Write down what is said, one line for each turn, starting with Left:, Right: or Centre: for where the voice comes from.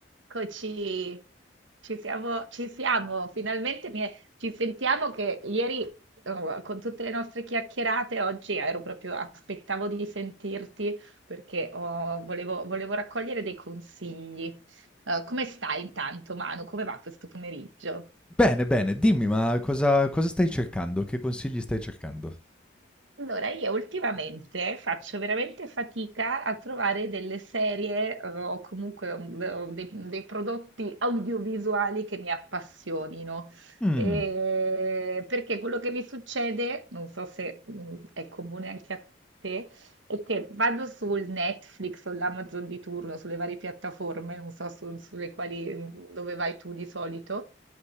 Right: Eccoci, ci siamo, ci siamo, finalmente mi è- ci sentiamo che ieri oh, con tutte le nostre chiacchierate oggi ero proprio, aspettavo di sentirti perché oh, volevo, volevo raccogliere dei consigli. Eh, come stai intanto, Manu? Come va questo pomeriggio?
Centre: Bene, bene, dimmi, ma cosa cosa stai cercando? Che consigli stai cercando?
Right: Allora, io ultimamente faccio veramente fatica a trovare delle serie, eh, o comunque um, o dei, dei prodotti audiovisuali che mi appassionino.
Centre: Mh,
Right: Eh, perché quello che mi succede, non so se mm, è comune anche a te, è che vado sul Netflix o l'Amazon di turno, sulle varie piattaforme, non so su- sulle quali, mm, dove vai tu di solito.